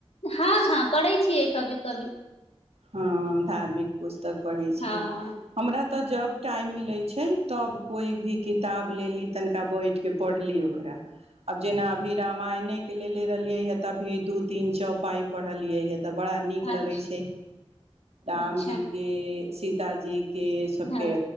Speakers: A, on the left (about 80°); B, on the right (about 80°).
A: हँ हँ पढ़ै छियै कभी कभी
B: हँ धार्मिक पुस्तक तक पढ़ै छियै
A: हँ
B: हमरा तऽ जब टाइम मिलै छै तब कोइ भी किताब लेली तनिका बैठिक पढ़ली ओकरा अब जेना अभी रामायणे के लेल ए रहलिये हे त अभी दू तीन चौ पाई पढ़लिये हे तऽ बड़ा नीक
A: अच्छा
B: लगै छै राम
A: अच्छा
B: जी के सीतााजीक के सबके
A: हँ